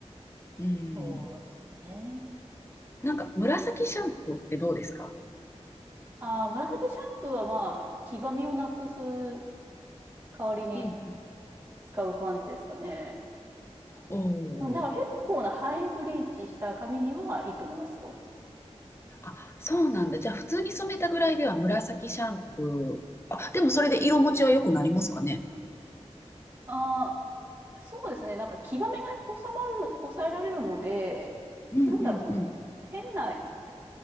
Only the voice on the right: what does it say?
そうですね。
ああ、紫シャンプーはまあ、黄ばみをなくす代わりに
使う感じですかね。
うん、だから結構なハイブリーチした髪にはいいと思いますよ。
ああ、そうですね。なんか、黄ばみが収まる、抑えられるので、
なんだろう。変な、